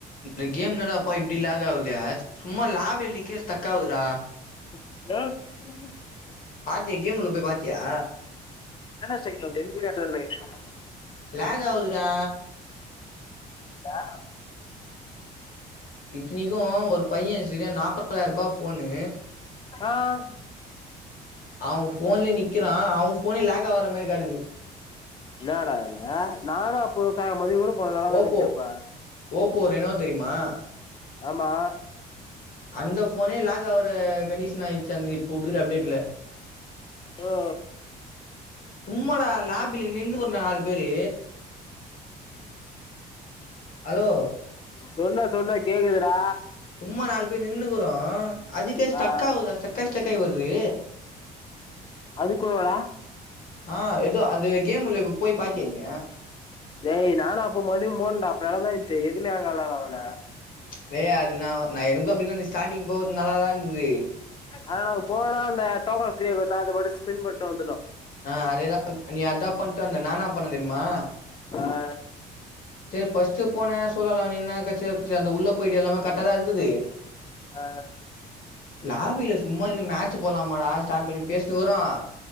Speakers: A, on the left; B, on the left.
A: இந்த கேம் இந்தாடாப்பா இப்படி லாக் ஆகுது சும்மா லாபில நிக்கிற ஸ்டக் ஆவுதுடா
B: என்ன
A: பாத்தியா கேம் உள்ள போய் பாத்தியா
B: <unintelligible>
A: ஹங் ஆவுதுடா
B: இல்ல
A: இத்தனைக்கு ஒரு பையன் சரியா நாப்பதாயிரூபா ஃபோனு
B: ஆஹ்
A: அவன் போன்லயே நிக்கிறான் அவன் போனே லாக் ஆகுற மாதிரி காட்டுது
B: என்னடா இது நானும் அப்போதா மதியம் கூட போனது நல்லாதான
A: ஓப்போ
B: இருந்துச்சு அப்ப
A: ஓப்போ ரெனோ தெரியுமா
B: ஆமா
A: அந்த ஃபோனே லாகாவத் த கண்டிஷன் ஆயிடுச்சு அந்த இப்ப குடுக்குற அப்டேட்ல
B: ஓ
A: சும்மாடா லாபில நின்னு கொண்ட நாலு பேரு ஹலோ
B: சொன்ன சொன்ன கேக்குதுடா
A: சும்மா நாலு பேர் நின்னு க்குறோம் அதுக்கே ஸ்டக்ஆவுதுடா
B: ஆ
A: ஸ்டக்காயி ஸ்டக்காயி வருது
B: அதுக்கோடா
A: ஆஹ் ஏதோ அந்த கேம்ல உள்ளக போய் பாத்தியா நீ
B: டேய் நானும் அப்பம்போது போனண்டா அப்ப நல்லாதா இருந்துச்சு எதுவுமே ஆகலடா அதுல
A: டேய் அது நான் நா எனக்கும் அப்படிதான் இருந்தது ஸ்டார்ட்டிங் போகுது நல்லாதான் இருந்தது
B: ஆனா நாங்க போனோம் அந்த டோக்கன் ஃப்ரீ குடுத்தா அது மட்டும் ஸ்பின் பன்ட்டு வந்துட்டோ
A: ஆஹ் அதேதான் நீ அதான் பண்ட்டு வந்த நா என்னா பண்ண தெரியுமா
B: ஆ
A: சேரி பர்ஸ்ட் போன சொல்லலா நீ இன்னா <unintelligible> அந்த உள்ள போயிட்டு எல்லாமே கரெக்ட்டா தா இருந்துது
B: ஆ
A: லாபில சும்மா இருந்து மேட்சு போலாமாடா ஸ்டார்ட் பண்ணி பேசிட்ருகுறோ